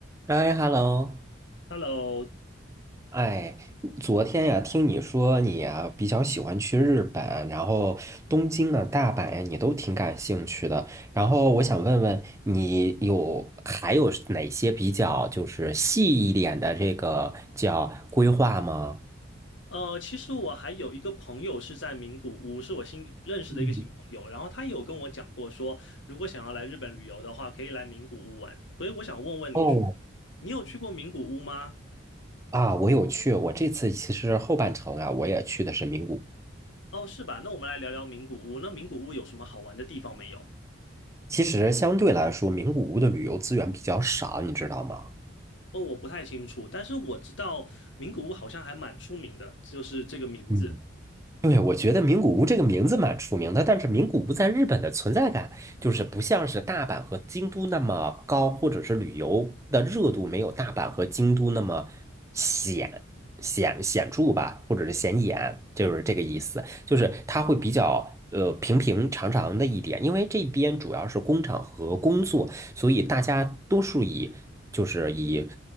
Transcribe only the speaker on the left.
Hello，
呃，其实我还有一个朋友是在名古屋，是我新认识的一个新朋友，
然后他有跟我讲过说，如果想要来日本旅游的话，可以来名古屋玩。所以我想问问你，
你有去过名古屋吗？
哦，是吧？那我们来聊聊名古屋。那名古屋有什么好玩的地方没有？
哦，我不太清楚，但是我知道名古屋好像还蛮出名的，就是这个名字。